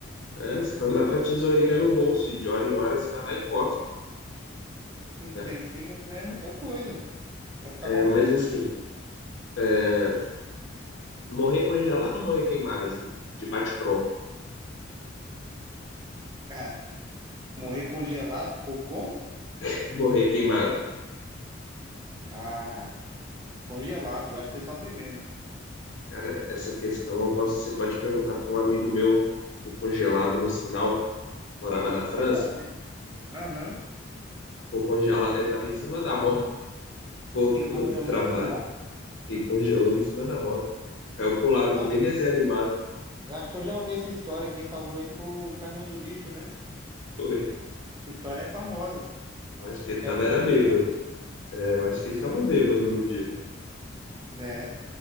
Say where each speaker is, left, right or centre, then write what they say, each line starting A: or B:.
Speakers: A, on the left; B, on the right.
A: É, só andar com a tesourinha no bolso e de hora em hora você vai lá e corta,
B: Cinco
A: né?
B: centímetros é muita coisa. Vai ficar
A: É,
B: mal bigodudo,
A: mas assim, é, morrer congelado ou morrer queimado, assim, de bate-pronto?
B: cara. Morrer congelado ou como?
A: <laughs> Morrer queimado.
B: Ah, congelado. Eu acho que você sofre menos.
A: Cara, essa questão eu posso, você pode perguntar para um amigo meu que ficou congelado no sinal, morava na França,
B: Ah, Então, você- Aham.
A: ficou congelado, ele tava em cima da moto, <laughs> voltando
B: E congelou
A: do trabalho.
B: no sinal?
A: e congelou em cima da moto. Caiu pro lado
B: Eu
A: que
B: acho
A: nem desenho animado.
B: Eu Acho que eu já ouvi essa história. Quem salvou ele foi o caminhão do lixo, né?
A: Foi.
B: Essa história é famosa.
A: Acho que ele
B: É
A: tava
B: o Bocas,
A: era bêbado.
B: né?
A: É, eu acho que ele tava bêbado no dia.
B: É.